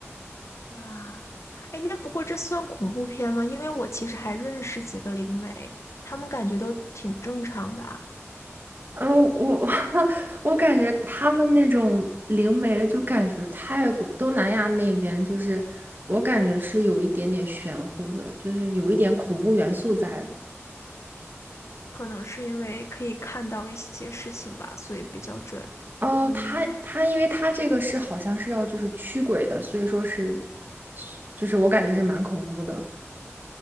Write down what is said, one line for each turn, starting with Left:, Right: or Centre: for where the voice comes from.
Left: 哇，哎，那不过这算恐怖片吗？因为我其实还认识几个灵媒，他们感觉都挺正常的啊。
Right: 嗯呃，我 <laughs> 我感觉他们那种灵媒，就感觉泰国、东南亚那边，就是我感觉是有一点点玄乎的，就是有一点恐怖元素在的。
Left: 嗯，可能是因为可以看到一些事情吧，所以比较准。
Right: 哦，
Left: 嗯。
Right: 他他，因为他这个是好像是要就是驱鬼的，所以说是，就是我感觉是蛮恐怖的。